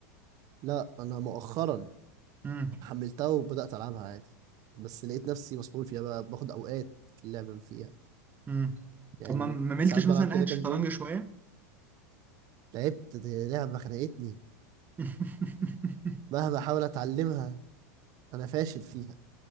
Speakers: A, on the right; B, on the right.
A: لا انا مؤخرا
B: امم
A: حملتها وبدات العبها عادي بس لقيت نفسي مسحول فيها بقى باخد اوقات في اللعب فيها
B: امم
A: يعني
B: طب ما ما ملتش
A: ساعات بلعب
B: مثلا ناحيه
A: كده
B: الشطرنج
A: كام جيم
B: شويه
A: لعبت دي لعبه خنقتني
B: <laughs>
A: مهما احاول اتعلمها انا فاشل فيها